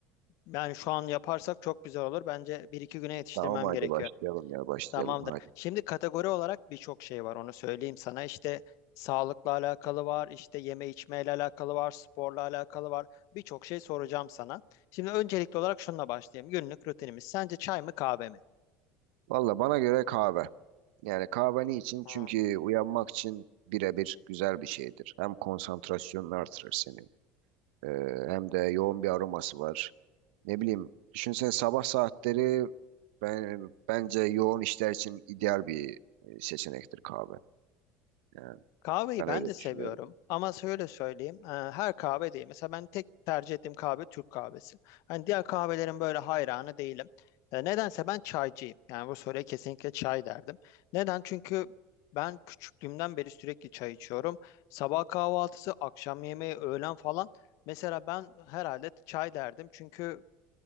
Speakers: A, on the left (about 65°); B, on the right (about 80°).
A: Yani şu an yaparsak çok güzel olur. Bence bir iki güne yetiştirmem
B: Tamam hadi
A: gerekiyor.
B: başlayalım ya başlayalım
A: Tamamdır.
B: hadi.
A: Şimdi kategori olarak birçok şey var. Onu söyleyeyim sana. İşte sağlıkla alakalı var, işte yeme içmeyle alakalı var, sporla alakalı var. Birçok şey soracağım sana. Şimdi öncelikli olarak şununla başlayayım. Günlük rutinimiz. Sence çay mı kahve mi?
B: Valla bana göre kahve. Yani kahve niçin?
A: Hmm.
B: Çünkü uyanmak için birebir güzel bir şeydir. Hem konsantrasyonunu artırır senin. Ee, hem de yoğun bir aroması var. Ne bileyim, düşünsene sabah saatleri ben, bence yoğun işler için ideal bir e, seçenektir kahve. Yani
A: Kahveyi
B: ben
A: ben
B: öyle
A: de seviyorum
B: düşünüyorum.
A: ama şöyle söyleyeyim e, her kahve değil. Mesela ben tek tercih ettiğim kahve Türk kahvesi. Hani diğer kahvelerin böyle hayranı değilim. E, nedense ben çaycıyım. Yani bu soruya kesinlikle çay derdim. Neden? Çünkü ben küçüklüğümden beri sürekli çay içiyorum. Sabah kahvaltısı, akşam yemeği, öğlen falan. Mesela ben herhalde çay derdim. Çünkü